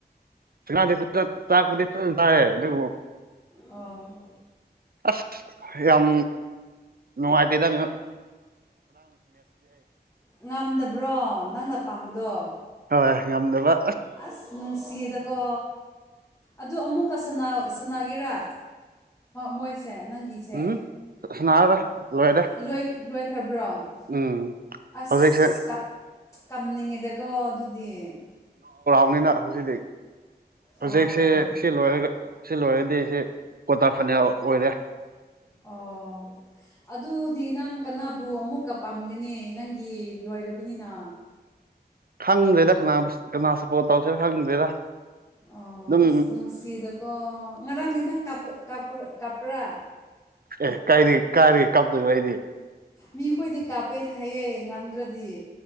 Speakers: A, on the right; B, on the left.
A: ꯆꯗꯤ ꯄꯨ ꯆꯗꯤ ꯇꯔꯦ ꯑꯗꯨ
B: ꯑꯣ
A: ꯑꯁ ꯌꯥꯝ ꯅꯨꯡꯉꯥꯏꯇꯦꯗꯪ
B: ꯉꯝꯗꯕ꯭ꯔꯣ ꯅꯪꯅꯄꯥꯥꯝꯕꯗꯣ
A: ꯍꯣꯏ ꯉꯝꯗꯕ
B: ꯑꯁ ꯅꯨꯡꯁꯤꯌꯦꯗ ꯀ ꯑꯗꯨ ꯑꯃꯨꯛꯀ ꯁꯅꯥꯒꯤꯔꯥ ꯃꯣꯏ ꯁꯦ ꯅꯪꯒꯤꯁꯦ
A: ꯎꯝ ꯁꯅꯥꯔꯔꯣꯏ
B: ꯎ
A: ꯂꯣꯏꯔꯦ
B: ꯂꯣꯏ ꯕ꯭ꯔꯣꯝ
A: ꯎꯝ
B: ꯑꯁꯞ
A: ꯍꯧꯖꯤꯛꯁꯦ
B: ꯀꯥꯞꯅꯤꯡꯉꯤꯗꯀꯣ ꯑꯗꯨꯗꯤ
A: ꯃꯅ ꯍꯧꯖꯤꯛ ꯍꯧꯖꯤꯛꯁꯤ
B: ꯑꯣ
A: ꯁꯤ ꯂꯣꯏꯔꯒ ꯁꯤ ꯂꯣꯏꯔꯗꯤ ꯁꯤ ꯀ꯭ꯣꯇꯥ ꯐꯅꯜ ꯑꯣꯏꯔꯦ
B: ꯑꯣ ꯑꯗꯨꯗꯤ ꯅꯪ ꯀꯅꯥꯕꯨ ꯑꯃꯨꯛꯀ ꯄꯥꯝꯒꯅꯤ ꯅꯪꯒꯤ ꯂꯣꯏꯔꯕꯅꯤꯅ
A: ꯈꯪꯗ꯭ꯔꯦꯗ ꯀꯅꯥ ꯀꯅꯥ ꯁꯞꯄꯣꯔꯠ ꯇꯧꯁꯦ ꯈꯪꯗ꯭ꯔꯦꯗ
B: ꯑꯣ
A: ꯑꯗꯨꯝ
B: ꯑꯁ ꯅꯨꯡꯁꯤꯗꯀꯣ ꯉꯔꯥꯡꯗꯤ ꯅꯪ ꯀ ꯀꯥ ꯀꯄꯔꯥ
A: ꯑꯦ ꯀꯥꯏꯔꯤ ꯀꯥꯏꯔꯤ ꯀꯞꯗꯨ ꯀꯔꯤ
B: ꯃꯤꯈꯣꯏꯗꯤ ꯀꯥꯞꯄꯦ ꯍꯥꯏꯌꯦ ꯉꯝꯗ꯭ꯔꯗꯤ